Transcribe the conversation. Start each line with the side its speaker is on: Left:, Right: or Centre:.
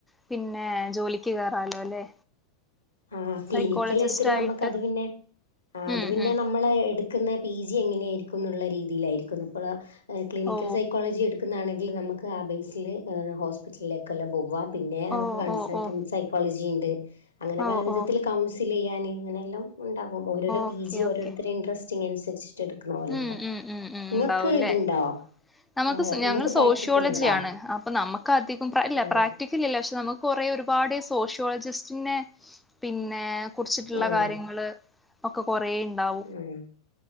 Centre: പിന്നെ ജോലിക്ക് കയറാലോ അല്ലെ
Left: ആഹ് ക്ലിനിക്കൽ
Centre: സൈക്കോളജിസ്റ്റ്
Left: എടുത്തിട്ട്
Centre: ആയിട്ട്
Left: നമ്മുക്ക്ത് പിന്നെ അത്
Centre: ഉം
Left: പിന്നെ
Centre: ഉം
Left: ന നമ്മള് എടുക്കുന്ന പി ജി എങ്ങനെയായിരിക്കും എന്നുള്ള രീതിയിലായിരിക്ക ഇപ്പതാ ക്ലിനിക്കൽ
Centre: ഓ
Left: സൈക്കോളജി എടു എടുക്കുന്നാണെങ്കിൽ നമുക്ക് ആ ബേസിൽ ഹോസ്പിറ്റലിലേക്കെല്ലാം പോകാം പിന്നെ നമുക്ക്
Centre: ഓ
Left: കൺസൾട്ടൻസ്
Centre: ഓ ഓ
Left: ആയി കോളേജിയുണ്ട് അങ്ങനെ
Centre: ഓ
Left: പല വിധത്തിൽ
Centre: ഓ
Left: കൗൺസിൽ ചെയ്യാൻ അങ്ങനെ എല്ലാം ഉണ്ടാകും ഓരോര പി
Centre: ഓക്കെ
Left: ജി ഓരോരുത്തരെ
Centre: ഓക്കെ
Left: ഇൻട്രസ്റ്റിഗ്‌ അനുസരിച്ച് ചെടുക്കുന്ന പോലെ
Centre: ഉം
Left: ഉണ്ടാവും
Centre: ഉം ഉം ഉം
Left: ഇങ്ങക്ക്
Centre: ഉണ്ടാവൂല്ലേ
Left: ഇതുണ്ടോ
Centre: നമുക്ക്
Left: ഏഹ്
Centre: ഞങ്ങൾ
Left: ഇങ്ങക്ക് പ്രാക്ടിക്കൽ
Centre: സോഷ്യോളജിയ
Left: ഉണ്ടോ
Centre: ആണ് അപ്പൊ നമ്മക്ക് അധികം പ്രാക്ടി ഇല്ല
Left: ആഹ്
Centre: പ്രാക്ടി ഇല്ലല്ല പക്ഷെ നമുക്ക് കുറെ ഒരുപാട് സോഷ്യോളജിസ്റ്റിനെ പിന്നെ കുറിച്ചിട്ടുള്ള
Left: ആഹ്
Centre: കാര്യങ്ങൾ ഒക്കെ കുറെ ഉണ്ടാവും
Left: ഉം